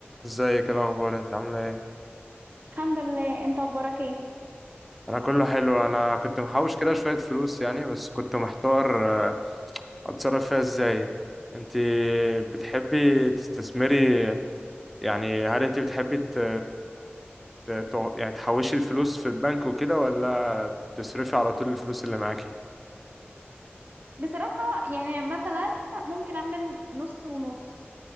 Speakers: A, in the centre; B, on the right (about 45°).
A: ازيك ايه الاخبار انت عامله ايه
B: الحمد لله انت اخبارك ايه
A: انا كله حلو انا كنت محوش كده شويه فلوس يعني بس كنت محتار آه، اتصرف فيها ازاي انت بتحبي تستثمري يعني هل انت بتحبي ت... ت... ت- يعني تحوشي الفلوس في البنك وكده ولا تصرفي على طول الفلوس اللي معاكي
B: بصراحة يعني مثلا ممكن اعمل نص ونص